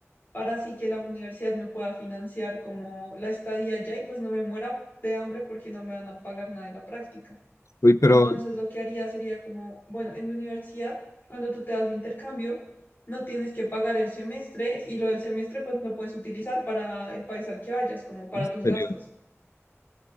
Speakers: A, on the left; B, on the left.
A: para así que la universidad me pueda financiar como la estadía allá y pues no me muera de hambre porque no me van a pagar nada de la práctica.
B: Uy, pero
A: Entonces lo que haría sería como, bueno, en mi universidad, cuando tú te das de intercambio, no tienes que pagar el semestre y lo del semestre pues lo puedes utilizar para el país al que vayas, como para
B: en
A: tus
B: serio,
A: gastos.